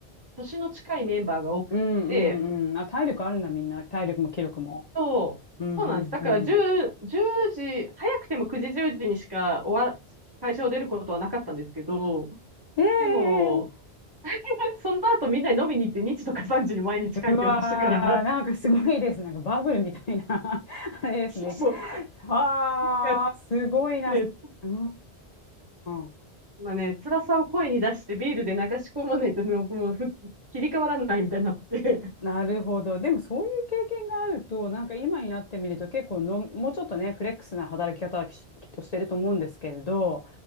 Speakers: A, on the right; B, on the left.
A: 年の近いメンバーが多くて、
B: うんうんうん。あ、体力あるんだ、みんな。体力も気力も。
A: そう、
B: うんうんうん。
A: そうなんです。だから10、時、早くても9時、10時にしか終わら、会社を出ることはなかったんですけど、
B: ええ
A: でも、<laughs> その後みんなに飲みに行って2時とか3時に毎日帰ってましたから、
B: うわー、なんかすごいです。なんかバブルみたいな <laughs>
A: <laughs>
B: あれですね。
A: そうそう。
B: あー、
A: なんか
B: すごいな。
A: ね、
B: うーん。
A: まあね、辛さを声に出してビールで流し込まないとね、もうふ切り替わらないみたいになってて <laughs>
B: なるほど。でもそういう経験があると、なんか今になってみると結構の、もうちょっとね、フレックスな働き方はきっとしてると思うんですけれど、